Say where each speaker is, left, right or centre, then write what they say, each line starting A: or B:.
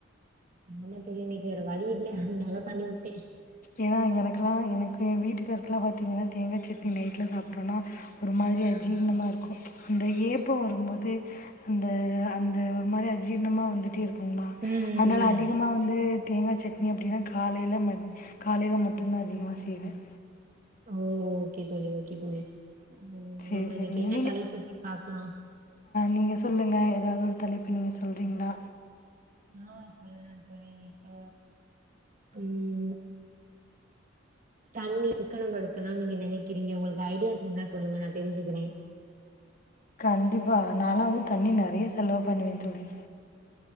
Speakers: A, on the right (about 45°); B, on the left (about 45°).
A: ஆமா தோழி இன்னெக்வேற வலி இல்ல அதனால பண்ணி வுட்டே
B: ஏன்னா எனக்லா எனக் என் வீட்டுக்கார்க்லா பாத்திங்கன்னா தேங்காய் சட்னி நைட்ல சாப்ட்டோனா ஒரு மாதிரி அஜீர்ணமா ருக்கும் அந்த ஏப்பொ வரும்போது அந்த அந்த ஒரு மாரி அஜீர்ணமா வந்துட்டே இரு கும
A: ம் ம்
B: அத்னால
A: ம்
B: அதிகமா வந்து தேங்கா சட்னி அப்டினா காலையில மத் காலையில மட்டுந்தா அதிகமா செய்வேன்
A: ஓ ஓகே தோழி ஓகே தோழி ம்
B: சரி
A: நம்ம
B: சரிங்க
A: இன்னக்கி என்ன தலைப்ப பத்தி பாக்லா
B: நீங்க சொல்லுங்க ஏதாவது ஒரு தலைப்பு நீங்க சொல்றீங்ளா
A: ஆஹ் சொல்லலான் தோழி இப்ப ம் தண்ணி சிக்கனம் படுத்தலாம் நீங்க நினைக்கிறீங்க உங்கள்க்கு ஐடியாஸ் இருந்தா சொல்லுங்க நா தெரிஞ்சுக்றேன்
B: கண்டிப்பா நாலா வந்து தண்ணி நறைய செலவு பண்ணுவேன் தோழி